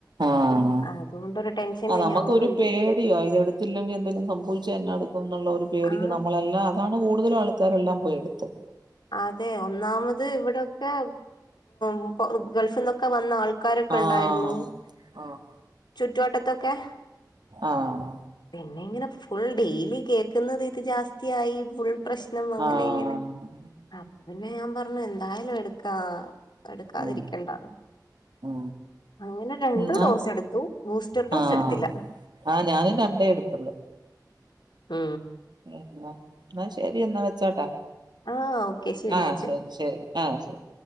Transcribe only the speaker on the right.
ആഹ്
ആ നമുക്കൊരു
പേടിയാ ഇത് എടുത്തില്ലെങ്കിൽ എന്തെലും സംഭവിച്ചാ എന്നാട് എന്നൊള്ള ഒരു പേടിക്ക്
നമ്മളെല്ലാം അതാണ് ഓ കൂടുതലും ആൾക്കാരെല്ലാം പോയെടുത്തു
ആഹ്
ആഹ്
ആഹ്
ഉ ഉ
എന്നാ
ആഹ്
ആഹ് ഞാനും രണ്ടേ എടുത്തുള്ളൂ
ഉഹ എന്നാ ശരി എന്നാ വെച്ചോട്ടെ
ആ
ശരി ശരി ആ ശരി